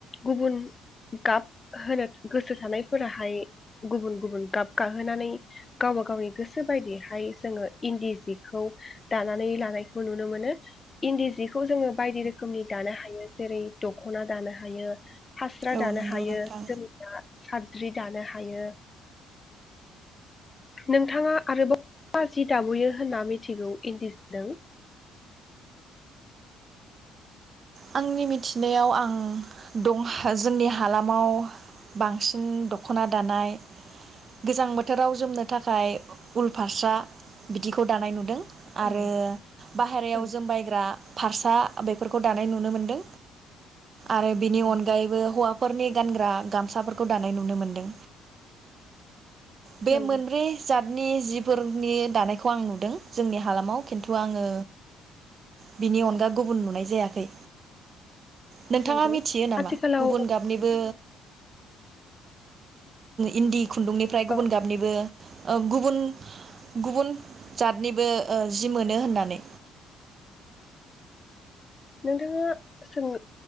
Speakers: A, on the left; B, on the right.
A: गुबुन गाब होनो गोसो थानायफोराहाय गुबुन गुबुन गाब गाहोनानै गावबा गावनि गोसो बायदियैहाय, जोङो इन्दि जिखौ दानानै लानायखौ नुनो मोनो। इन्दि जिखौ जोङो। बायदि रोखोमनि दानो हायो, जेरै दख'ना दानो हायो, फास्रा
B: औ
A: दानो
B: नंगौ
A: हायो,
B: नोंथां
A: जोमग्रा साद्रि दानो हायो, नोंथाङा आरोबाव जि दाबोवयो होनना मिथिगौ इन्दिजिजों।
B: आंनि मिथिनायाव आं, दं जोंनि हालामाव बांसिन दख'ना दानाय, गोजां बोथोराव जोमनो थाखाय उल फारसा, बिदिखौ दानाय नुदों। आरो
A: औ
B: बाहेरायाव
A: औ
B: जोमबायग्रा फारसा। बेफोरखौ दा नाय नुनो मोनदों। आरो बिनि
A: औ
B: अनगायैबो हौवाफोरनि गानग्रा गामसाफोरखौ दानाय नुनो मोनदों। बे
A: नंगौ
B: मोनब्रै जाद नि जिफोरनि दानायखौ आं नुदों जोंनि हालामाव खिन्थु आङो बिनि अनगा गुबुन नुनाय जायाखै। नोंथाङा
A: नंगौ
B: मिथियो नामा
A: आथिखालाव
B: गुबुन गाबनिबो इन्दि खुन्दुंनि। ओमफ्राय गुबुन
A: औ
B: गाबनिबो ओम गुबुन गुबुन जातनिबो ओ जि मोनो होननानै।
A: नोंथाङा सों